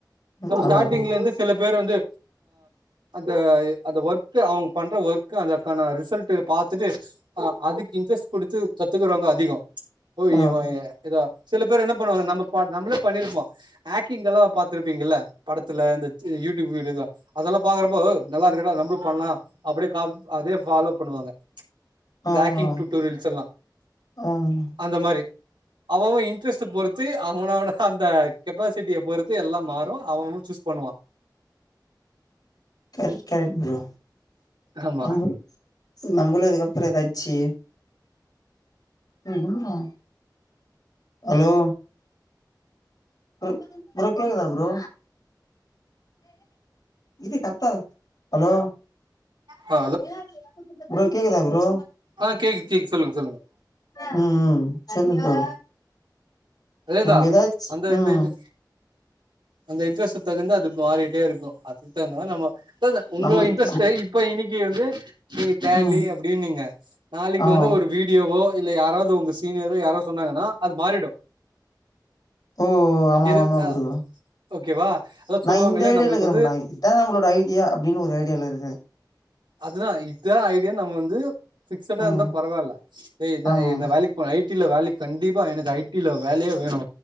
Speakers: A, on the left; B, on the right.
A: ம்.
B: நமோ
A: ஆமா
B: ஸ்டார்டிங்ல
A: ப்ரோ
B: இருந்து சில வேறுந்து ஹ அது ஒர்க்கு அவுங்க பண்ற ஒர்க்கு அதற்கான ரிசல்டு பார்த்துட்டு அஹ் அதுக் இன்ட்ரெஸ்ட் குடுத்து கத்துக்குறவங்க அதிக ஓய்
A: ஆமா
B: இவ
A: ப்ரோ
B: இதா சில பேரு என்ன பண்ணுவாங்க நம்ப நம்பளே பண்ணிருப்போம் ஆக்டிங் எல்லா பாத்திருப்பீங்கில்ல படத்துல இந்த யூடியூப் வீடியோஸ்ஸா அதெல்லா பாக்றப்போ நல்லா இருக்குடா நம்ளு பண்ணலா அப்டி கா அதே ஃபாலோ பண்ணுவாங்க இந்த
A: ஆ
B: ஆக்கிங்
A: ஆ.
B: டூட்டோரியல்ஸ் எல்லா
A: ஆமா
B: அந்த மாரி அவ அவ இன்ட்ரெஸ்ட்ட பொறுத்து அவனோட அந்த கெப்பாசிட்டிய பொறுத்து எல்லா மாறு அவ அவ சூஸ் பண்ணுவா
A: கெரக்ட் ப்ரோ
B: ஆமா
A: <unintelligible> நம்பளு அதுக்கப்புற எதாச்சு <unintelligible> ஹலோ ப்ரோ ப்ர கேக்குதா ப்ரோ இரு கத்தாத ஹலோ
B: ஆ
A: <unintelligible> ப்ரோ கேக்குதா ப்ரோ
B: அஹ் கேக்கிது கேக்கிது சொல்லுங்க சொல்லுங்க
A: ஹும் ம் சொல்லுங் ப்ரோ
B: அதேதா
A: இப் நம்ப ஏதாச்சு
B: அந்த
A: ஹும்
B: இந்த இது அந்த இன்ட்ரெஸ்ட்க் தகுந்த அது மாறிட்டே இருக்கு அதுக்தகுந்த மாரி நம்ம <unintelligible> உங்க
A: நம்மளுக்கு
B: இன்ட்ரெஸ்ட்
A: நம்
B: இப்ப இன்னிக் இவந்து நீங்க டேலி
A: ம்
B: அப்டினிங்க நாளைக்கு
A: ஆமா
B: வந்து ஒரு வீடியோவோ இல்ல யாராது உங்க சீனியரு யாரோ சொன்னாங்கனா அது மாறிடு
A: ஓ ஆமா
B: எது
A: ஆமா
B: அ
A: குரு
B: ஓகேவா அதா
A: நா
B: சொல்லுவாங்களே
A: இந்த ஐடியால
B: நம்மளுக்கு
A: இருக்க
B: வந்து
A: இத்தா நம்மளோட ஐடியா அப்டின்னு ஒரு ஐடியால இருக்கறே
B: அதுதா இதா ஐடியான் நம்ம வந்து பிக்ஸ்சட
A: ம்
B: இருந்தா பரவால்ல ஹே இத
A: ஆமா
B: இந் வேலைக்குப் போனு ஐ டி ல வேலைக் கண்டிப்பா எனக்கு ஐ டி ல வேலையே வேணு